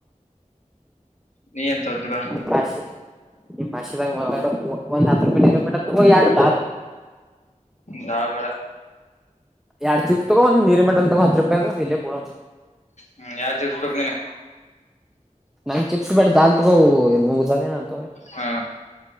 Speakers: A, on the left; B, in the centre.
A: ನೀ ಏನ್ ತೋತಿ ಬಾ
B: ಭಷ ನಿ ಭಷೆದಾಗ ಮಾತಾಡೋ ಹ ಒಂದ್ ಹತ್ತು ರೂಪಾಯಿ ನೀರು ಬಿಿಟ್ಟ ಎರ್ದ
A: ದಾಳ್ ಬೇಡ
B: ಎರಡ್ ಚಿಪ್ಸ್ ತಗೊ ಒಂದ್ ನೀರಿ ಮೆಟಲ್ ತಗೋ ಹತ್ ರೂಪಾಯಿ ಅ ಇಲ್ಲೇ ಕೂಡ
A: ಹೂ ಯಾವ್ ಜೂಸ್ ಬೇಕ್ ನಿಂಗ
B: ನಂಗ್ ಚಿಪ್ಸ್ ಬೇಡ ದಾಲ್ ತಗೋ ಮುಗ್ ದಲ ಏ
A: ಹಾ